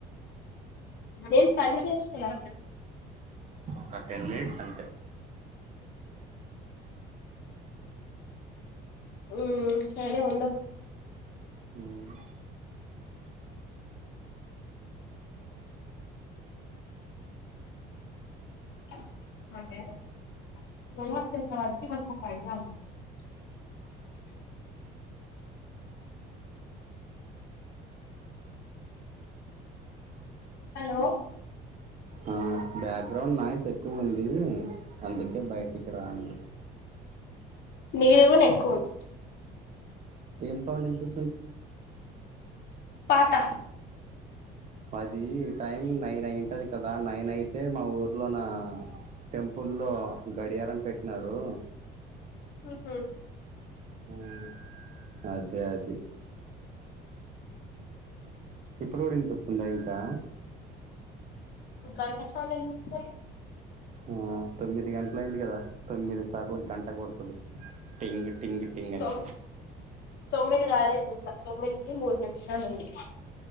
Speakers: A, on the left (about 65°); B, on the right (about 40°).
A: నేను పని చేస్తున్నా
B: ఒక టెన్ మినిట్స్ అంతే
A: ఉమ్ సరే ఉండు
B: ఉమ్
A: <inaudible> హలో
B: ఆ బ్యాక్గ్రౌండ్ నాయిస్ ఎక్కువుంది అందుకే బయటికి రా అన్న
A: మీదు కూడా ఎక్కువుంది
B: ఏం సౌండ్ వినిపీ
A: పాట
B: పది టైం నైన్ అయింటది కదా నైన్ అయితే మా ఊర్లో నా టెంపుల్లో గడియారం పెట్టినారు
A: హూ హమ్
B: ఉం అదే అది ఇప్పుడు కూడా వినిపిస్తుందా ఇంకా
A: గంట సౌండ్ వినిపిస్థలే
B: ఆ తొమ్మిది గంటలు అయింది కదా తొమ్మిది సార్లు గంట కొడుతది టింగ్ టింగ్ టింగ్ అని
A: తొ తొమ్మిది కాలేదు ఇంకా తొమ్మిదికిి మూడు నిమిషాలు ఉంది